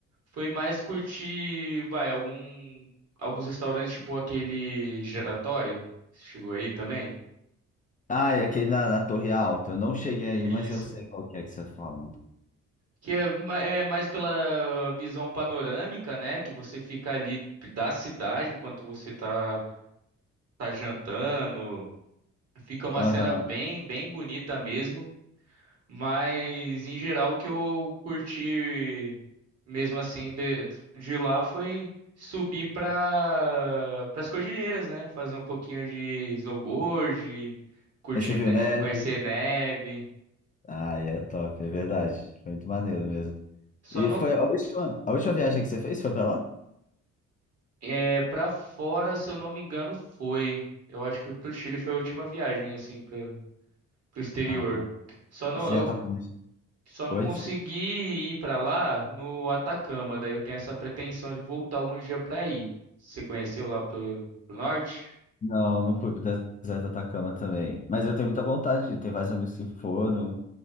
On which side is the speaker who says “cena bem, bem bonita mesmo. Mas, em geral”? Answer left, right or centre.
Right